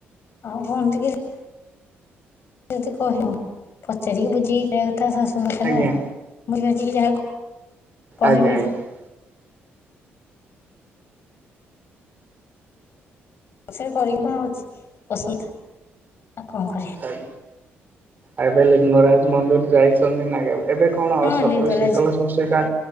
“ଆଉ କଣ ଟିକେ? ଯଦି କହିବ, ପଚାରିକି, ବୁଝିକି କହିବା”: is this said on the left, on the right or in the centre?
Left